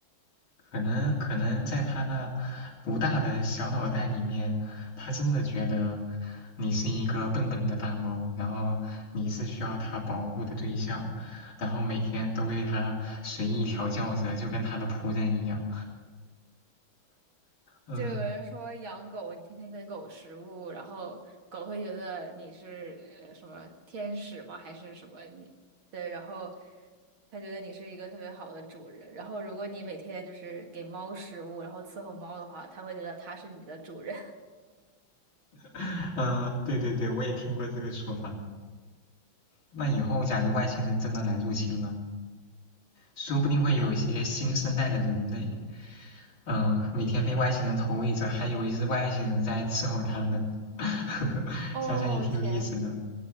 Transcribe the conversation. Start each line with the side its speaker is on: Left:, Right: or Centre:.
Left: 可能可能在他那不大的小脑袋里面，他真的觉得你是一个笨笨的大猫，然后你是需要他保护的对象，然后每天都为他随意调教着，就跟他的仆人一样。嗯、
Right: 就有人说养狗，你天天给狗食物，然后狗会觉得你是呃什么天使吗？还是什么你？对，然后它觉得你是一个特别好的主人。然后如果你每天就是给猫食物，然后伺候猫的话，它会觉得它是你的主人。
Left: 呃嗯、呃对对对，我也听过这个说法。那以后，假如外星人真的来入侵了，说不定会有一些新生代的人类，嗯、呃每天被外星人投喂着，还以为是外星人在伺候他们，<laughs>
Right: <laughs> 哦，
Left: 想想也挺有意思的。
Right: 天，